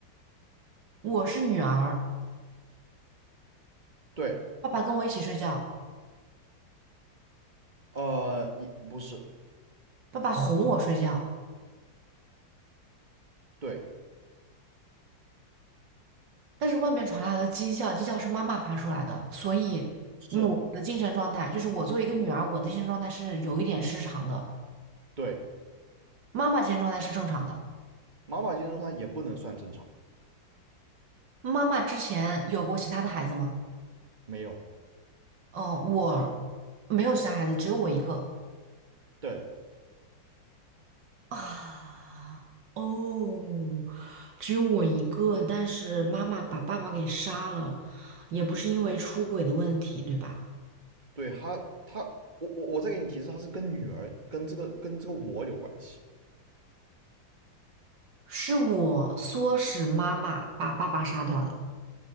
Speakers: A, on the right; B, on the right.
A: 我是女儿，
B: 对，
A: 爸爸跟我一起睡觉，
B: 呃，你不是，
A: 爸爸哄我睡觉，
B: 对，
A: 但是外面传来了鸡叫，鸡叫是妈妈发出来的，所以我的精神状态就是我作为一个女儿，
B: 是，
A: 我的精神状态是有一点失常的，
B: 对，
A: 妈妈精神状态是正常的。
B: 妈宝金状它也不能算正常，
A: 妈妈之前有过其他的孩子吗？
B: 没有，
A: 嗯，我没有其他孩子，只有我一个。
B: 对，
A: 啊，哦，只有我一个，但是妈妈把爸爸给杀了，也不是因为出轨的问题，对吧？
B: 对，他他我我我再给你提示，他是跟女儿跟这个跟这个我有关系，
A: 是我唆使妈妈把爸爸杀掉的。